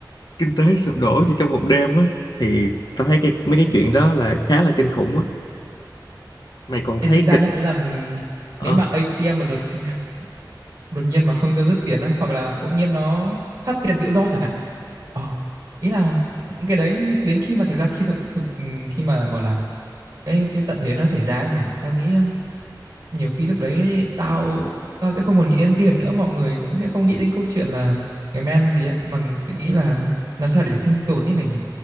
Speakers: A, on the left; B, on the right.
A: kinh tế <laughs> sụp đổ chỉ trong một đêm á thì tao thấy cái mấy cái chuyện đó là khá là kinh khủng á mày còn
B: Ê,
A: thấy
B: tính ra
A: kịch
B: nhá, ý là ừm,
A: ờ
B: nếu mà ATM mà đột nhiên <laughs> đột nhiên mà không cho rút tiền á, hoặc là bỗng nhiên nó phát tiền tự do chẳng hạn ờ ý là những cái đấy đến khi mà thực ra khi thực thực ừm, khi mà gọi là cái cái tận thế nó xảy ra ấy mẹ ạ, tao nghĩ ờ, nhiều khi lúc đấy tao tao sẽ không còn nghĩ đến tiền nữa mọi người cũng sẽ không nghĩ đến câu chuyện là ngày men gì á mà sẽ nghĩ là làm sao để sinh tồn ấy mày nhỉ